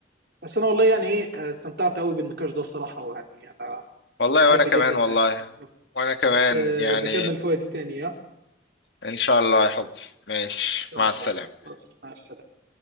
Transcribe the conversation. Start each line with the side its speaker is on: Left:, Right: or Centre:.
Right: بس انا والله يعني ايه آه، استمتعت قوي بالنقاش ده الصراحه ويعني انا
Left: والله
Right: أنا بحب
Left: وانا كمان
Right: جدا
Left: والله
Right: يعني
Left: وانا كمان
Right: بس آه،
Left: يعني
Right: نكمل في وقت تاني ها؟ ان
Left: ان شاء الله يا حبي ماشي
Right: شاء
Left: مع
Right: الله
Left: السلامة
Right: بس مع السلامه